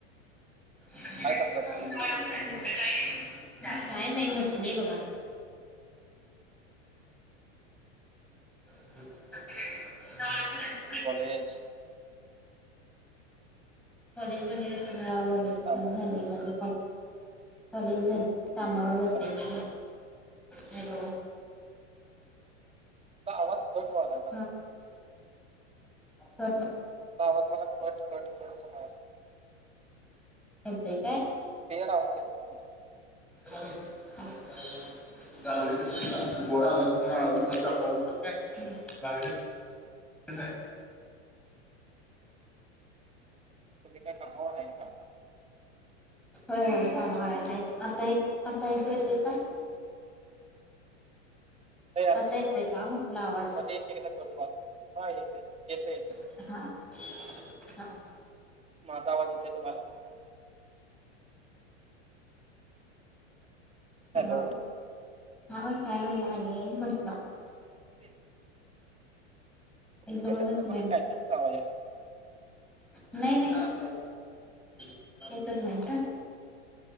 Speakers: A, in the centre; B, on the right (about 15°).
A: य. <unintelligible>
B: काय करता तुम्ही
A: काय नाही बसलीय बघा. <unintelligible>
B: कॉलेज?
A: कॉलेज वगैरे सगळं आवरलं,,
B: कामं
A: झालय माझं कॉलेज. कॉलेज झालं, कामावर जातोय
B: हॅलो तुमचा
A: मी. हॅलो!
B: तुमचा आवाज कट व्हाय लागलाय.
A: हा कट.
B: तुमचा आवाज मला कट कट खट असा
A: येतय काय?
B: क्लिअर आवाज एना तुमचा.
A: स्!
B: <inaudible>
A: <unintelligible> गागडी गोळा दाखवू शकता गागडी. <unintelligible>
B: तुम्ही कमावणार आहे का?
A: हो होय सनावर आता एक आता ऐकू येतय का?
B: ला
A: आता येतोय का म्हटलं आवाज
B: मध्ये दाेव तुम्हाला हा येते येत येते.
A: हा हा ह
B: माझा आवाज येत तुम्हाला? हॅलो
A: म काय म्हणता आणि न म्हटलं?
B: ह.
A: एक
B: तर
A: दोनच
B: कशाच तर
A: मिनिट
B: मला टायपींगचा आवाज याला य.
A: नाही नाही एकच मिनट ह.